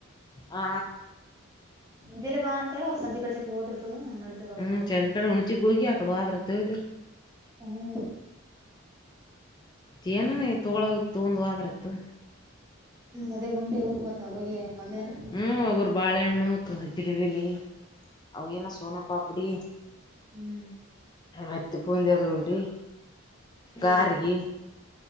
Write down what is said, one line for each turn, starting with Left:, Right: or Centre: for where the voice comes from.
Left: ಆ
Right: ಜಾಲೆ ಬಾ ಅಂತಲ್ಲ ಅವ್ ಸಂಜೆ ಕೆಲ್ಸಕ್ಕೆ ಹೋಗೋದಿರ್ತದ ನಡಿತದ
Left: ಹ್ಮ್
Right: ಹೋಗಕ
Left: ಚೆಂದ ಕಡೆ ಹುನ್ಚಿಗ್ ಹೋಗಿ ಆಕಡೆ ಹದ್ರತ್ದಿಲ್ಲ
Right: ಹ್ಮ್
Left: ಏನನ ತೊಗೊಳ ತೊಗೊಂದ್ ವಾಗರ್ ಇತ್ತು
Right: ಹ್ಮ್ ಅದೇ ಗುಂಡೆವೂರ್ ಮತ್ತ ಅವಾಗೆ ಮೊದ್ಲೇನ
Left: ಹ್ಮ್
Right: ತಗೊಂಬಂದಿರ್ತೀವಿ
Left: ಒಬ್ಬರು ಬಾಳೆಹಣ್ಣು ಹಜರಿಬಲಿ ಅವಿಯನ ಸೋನಪ್ಪಾಪಡಿ
Right: ಹ್ಮ್
Left: ಹತ್ತಿ ಪೊಂದ ಅದು ಉಂಟು
Right: ಇವೆಲ್ಲ
Left: ಗಾರಿಗೆ